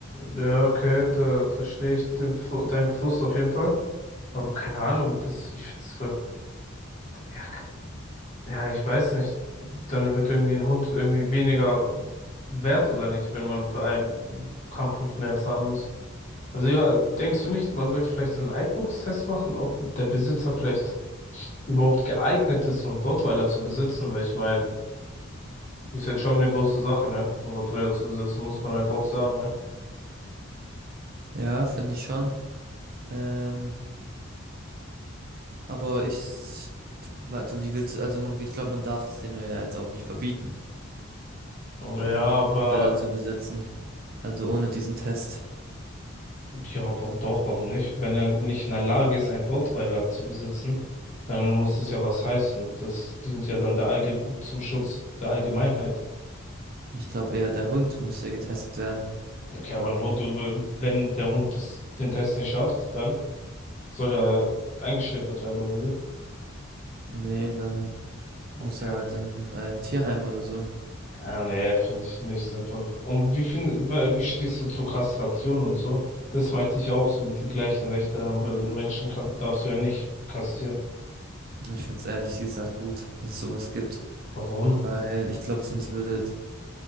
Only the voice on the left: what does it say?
Ja, okay, da verstehe ich den, Fr- deinen Frust auf jeden Fall. Aber keine Ahnung, das, ich finde es voll, ja, k- ja, ich weiß nicht. Dann wird irgendwie ein Hund irgendwie weniger wert oder nicht, wenn man für einen Kampfhund mehr zahlen muss. Also ja, denkst du nicht, man sollte vielleicht so einen Eignungstest machen, ob der Besitzer vielleicht überhaupt geeignet ist, so einen Rottweiler zu besitzen? Weil ich meine, das ist jetzt schon eine große Sache, ne? So einen Rottweiler zu besitzen, muss man halt auch sagen, ne?
Ja,
aber
ja, aber doch, warum nicht? Wenn er nicht in der Lage ist, einen Rottweiler zu besitzen, dann muss es ja was heißen. Das dient ja dann der Allge zum Schutz der Allgemeinheit.
Ja, okay, aber ein Hund, äh, wenn der Hund das, den Test nicht schafft, dann soll er eingeschläfert werden, oder wie?
Okay.
Ähm, nee, finde ich nicht sinnvoll. Und wie find, wa- wie stehst du zur Kastration und so? Das meinte ich auch, so mit die gleichen Rechte haben, weil einen Menschen kann, darfst du ja nicht kastrieren.
Warum?